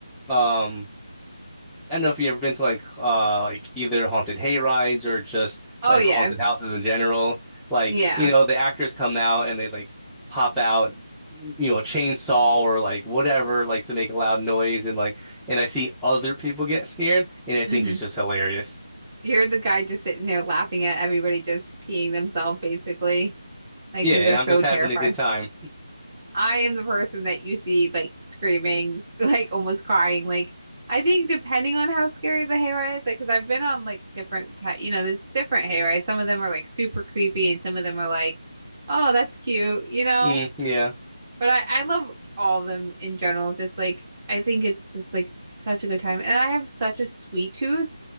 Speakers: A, in the centre; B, on the right.
A: um, I don't know if you've ever been to like uh like either haunted hay rides or just
B: Oh
A: like
B: yeah.
A: haunted houses in general. Like,
B: Yeah.
A: you know, the actors come out and they like pop out, you know, a chainsaw or like whatever, like to make a loud noise and like and I see other people get scared and I
B: hmm
A: think it's just hilarious.
B: You're the guy just sitting there laughing at everybody just peeing themselves, basically, like
A: Yeah,
B: because
A: and
B: they're
A: I'm
B: so
A: just
B: terrified.
A: having a good time.
B: I am the person that you see like screaming, <laughs> like almost crying. Like I think depending on how scary the hayride is, like because I've been on like different, ty you know, there's different hayrides. Some of them are like super creepy, and some of them are like, oh, that's cute, you know.
A: Mm, yeah.
B: But I, I love all of them in general. Just like I think it's just like such a good time. And I have such a sweet tooth